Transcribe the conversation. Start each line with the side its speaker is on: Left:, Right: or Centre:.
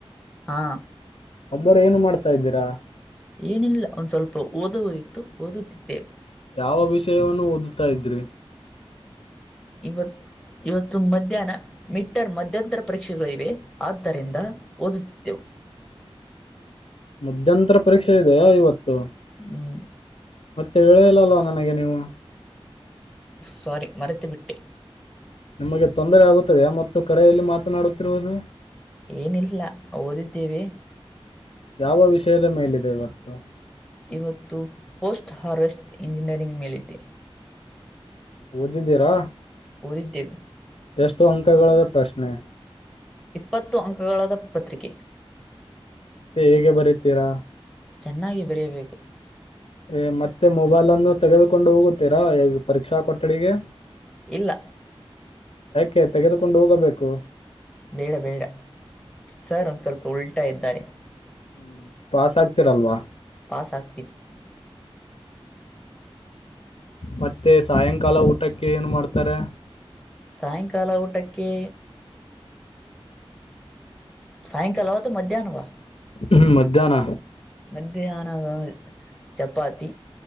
Centre: ಹಾಂ
Left: ಒಬ್ಬರ ಏನು ಮಾಡ್ತಾ ಇದ್ದೀರಾ
Centre: ಏನಿಲ್ಲ ಒಂದ್ ಸ್ವಲ್ಪ ಓದುವಓದಿತ್ತು ಓದುತ್ತಿದ್ದೇ
Left: ಯಾವ ವಿಷಯವನ್ನು ಓದುತ್ತಾ ಇದ್ರಿ
Centre: ಇವತ್ತು ಇವತ್ತು ಮಧ್ಯಾಹ್ನ ಮೀಟರ್ ಮಧ್ಯಂತರ ಪರೀಕ್ಷೆಗಳಿವೆ ಆದ್ದರಿಂದ ಓದುತ್ತೆವು
Left: ಮಧ್ಯಂತರ ಪರೀಕ್ಷೆ ಇದೆಯಾ ಇವತ್ತು
Centre: ಹ್ಮ್
Left: ಮತ್ತೆ ಹೇಳಳದಿಲ್ಲಲ್ವಾ ನನಗೆ ನೀವು
Centre: ಸಾರಿ ಮರೆತು ಬಿಿಟ್ಟೆ
Left: ನಿಮಗೆ ತೊಂದರೆ ಆಗುತ್ತದೆ ಮತ್ತು ಕರೆಯಲ್ಲಿ ಮಾತನಾಡುತ್ತಿರುವುದು
Centre: ಏನಿಲ್ಲ ಓದಿದ್ದೇವಿ
Left: ಯಾವ ವಿಷಯದ ಮೇಲಿದೆದೆ ಇವತ್ತು
Centre: ಇವತ್ತು ಪೋಸ್ಟ್ ಹಾರ್ವೆಸ್ಟ್ ಇಂಜಿನಿಯರಿಂಗ್ ಮೇಲಿದೆ
Left: ಓದಿದ್ದೀರಾ
Centre: ಓದಿದ್ದೇವೆ
Left: ಎಷ್ಟು ಅಂಕಗಳದ ಪ್ರಶ್ನೆ
Centre: ಇಪ್ಪತ್ತು ಅಂಕಗಳಾದ ಪತ್ರಿಕೆ
Left: ಮತ್ತೆ ಹೇಗೆ ಬರತೀರಾ
Centre: ಚೆನ್ನಾಗಿ ಬರೆಯಬೇಕು
Left: ಏ ಮತ್ತೆ ಮೊಬೈಲ್ ಅನ್ನು ತೆಗೆದುಕೊಂಡು ಹೋಗುತ್ತೀರಾ ಪರೀಕ್ಷಾ ಕೊಠಡಿಗೆ
Centre: ಇಲ್ಲ
Left: ಯಾಕೆ ತೆಗೆದುಕೊಂಡು ಹೋಗಬೇಕು
Centre: ಬೇಡ ಬೇಡ ಸರ್ ಒಂದ ಸ್ವಲ್ಪ ಉಲ್ಟಾ ಇದ್ದಾರೆ
Left: ಹ್ಮ್, ಪಾಸ್ ಆಗ್ತಿರಲ್ವಾ
Centre: ಪಾಸ್ ಆಗ್ತಿತ್ತು
Left: ಮತ್ತೆ ಸಾಯಂಕಾಲ ಊಟಕ್ಕೆ ಏನು ಮಾಡ್ತಾರೆ
Centre: ಸಾಯಂಕಾಲ ಊಟಕ್ಕೆ ಸಾಯಂಕಾಲವತ್ತು ಮಧ್ಯಾಹ್ನವಾ
Left: ಹ್ಮ ಮಧ್ಯಾಹ್ನ
Centre: ಮಧ್ಯಾಹನದ ಚಪಾತಿ